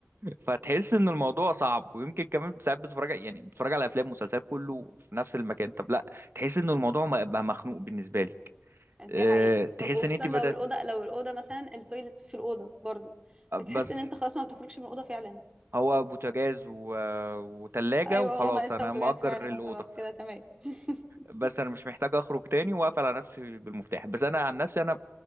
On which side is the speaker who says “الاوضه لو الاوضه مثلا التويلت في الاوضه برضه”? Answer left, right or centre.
Right